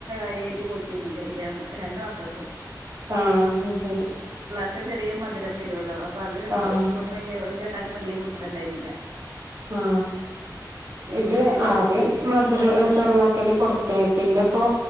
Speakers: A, on the right; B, on the right.
A: വരെയായിട്ട് കൊടുത്തിരുന്നത് ഇന്റെ രണ്ട് മക്കക്കും
B: ആ ശരി
A: ഒക്കെ ചെറിയ മധുരം വരുവല്ലോ അപ്പൊ അത്
B: ആഹ്
A: പ്പഴും ഓന് വല്ല്യ ഓൽക്ക് രണ്ടാക്കും വല്ല്യ പിടുത്തുണ്ടായിരുന്നില്ല
B: ആ ഇത്
A: പിന്നെ ഇതാ
B: ആദ്യം
A: കൊടുത്തിരുന്നു
B: മധുര
A: നെസ്റ്റ
B: സെറിലാക്കെന്നെ കൊടുത്തെ പിന്നെപ്പോ